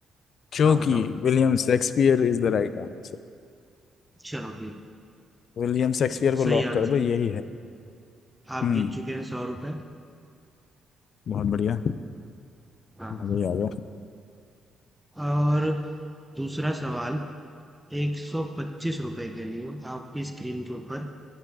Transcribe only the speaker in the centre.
हाँ बताओ
चलो ठीक है
सही
आंसर
आप
जीत चुके हैं सौ रुपए
हाँ
और दूसरा सवाल एक सौ पच्चीस रुपए के लिए आपकी स्क्रीन के ऊपर